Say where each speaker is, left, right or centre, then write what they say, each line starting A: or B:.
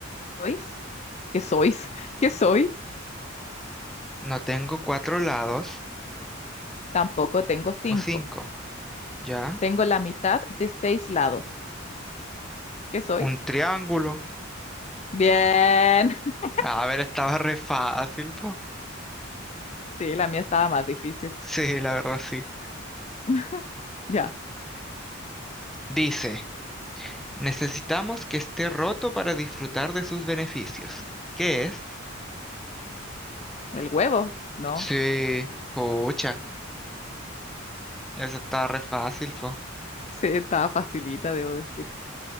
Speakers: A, on the left; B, in the centre.
A: sois, que sois, que soy,
B: No tengo cuatro lados,
A: tampoco tengo cinco.
B: o cinco. Ya,
A: Tengo la mitad de seis lados. que soy?
B: un triángulo.
A: Bien. <laughs>
B: A ver, estaba re fácil, po.
A: Sí, la mía estaba más difícil.
B: Sí, la verdad, sí.
A: <laughs> Ya,
B: Dice. Necesitamos que esté roto para disfrutar de sus beneficios. ¿Qué es?
A: el huevo, ¿no?
B: Sí, pucha, eso está re fácil, po.
A: Sí, estaba facilita, debo decir.